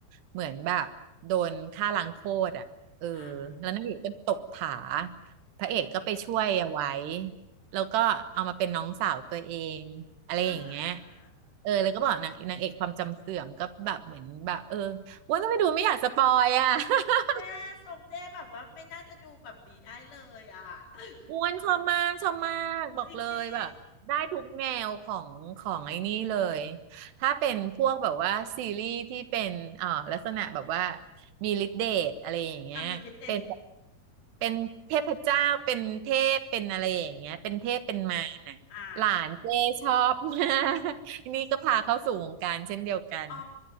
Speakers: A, on the right (about 80°); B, on the left (about 80°).
A: เหมือนแบบโดนฆ่าล้างโคตรอะเออ
B: อ่า
A: แล้วนางเอกก็ตกผาพระเอกก็ไปช่วยเอาไว้แล้วก็เอามาเป็นน้องสาวตัวเองอะไรอย่างเงี้ย
B: อ่า
A: เออแล้วก็บอกนางนางเอกความจำเสื่อมก็แบบเหมือนแบบเอออ้วนก็ไปดูไม่อยากสปอยอะ <laughs>
B: เจ๊ส่งเจ๊แบบว่าไม่น่าจะดูแบบดีได้เลยอ่ะ <laughs>
A: อ้วนชอบมากชอบมากบอกเลยแบบได้ทุกแนวของของไอ้นี่เลย
B: จริงดี
A: ถ้าเป็นพวกแบบว่าซีรีส์ที่เป็นเอ่อลักษณะแบบว่ามีฤทธิ์เดชอะไรอย่างเงี้ยเป็นแบบ
B: อมิลิเต
A: เป็นเทพเจ้าเป็นเทพเป็นอะไรอย่างเงี้ยเป็นเทพเป็นมารน่ะหลานเจ้ชอบมากอันนี่ก็พาเข้าสู่วงการเช่นเดียวกัน
B: อ่าอ๋อ